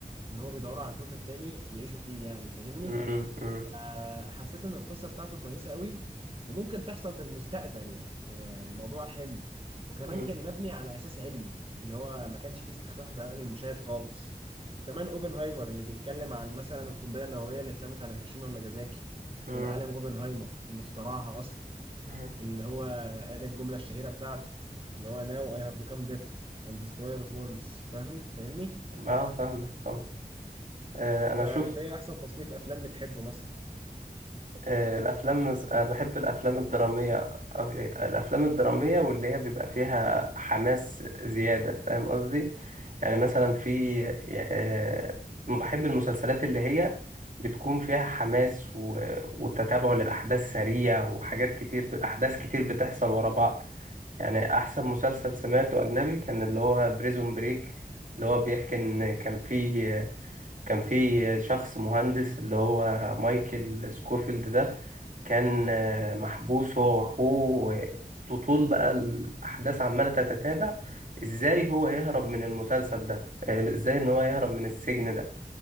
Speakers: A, on the right (about 35°); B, on the right (about 55°).
A: ان هو بيدوروا على كوكب تاني يعيشوا فيه يعني فاهمني
B: مم. مم.
A: فحسيت ان القصة بتاعته كويسة قوي وممكن تحصل في المستقبل يعني فالموضوع حلو وكمان
B: مم.
A: كان مبني على اساس علمي اللي هو ما كانش فيه استخفاف بعقول المشاهد خالص كمان اوبنهايمر اللي بيتكلم عن مثلا القنبلة النووية اللي اترمت على هيروشيما وناجازاكي
B: مم.
A: والعالم اوبنهايمر اللي اخترعها اصلا
B: مم.
A: اللي هو قال الجملة الشهيرة بتاعته اللي هو now I have become death and destroyer of worlds فاهمي فاهمني
B: ما فاهمك طبعا آه،
A: فانت
B: أنا شفت
A: ايه احسن تصنيف افلام بتحبه مثلا
B: آه، الأفلام آه، بحب الأفلام الدرامية آه، الأفلام الدرامية واللي هي بيبقى فيها حماس زيادة فاهم قصدي؟ يعني مثلا في آه، بحب المسلسلات اللي هي بتكون فيها حماس و- وتتابع للأحداث سريع وحاجات كتير أحداث كتير بتحصل ورا بعض يعني أحسن مسلسل سمعته أجنبي كان اللي هو بريزون بريك اللي هو بيحكي إن كان في كان في شخص مهندس اللي هو مايكل سكوفيلد ده كان آه، محبوس هو واخوه طول بقى الاحداث عماله تتتابع ازاي هو يهرب من المسلسل ده آه، ازاي ان هو يهرب من السجن ده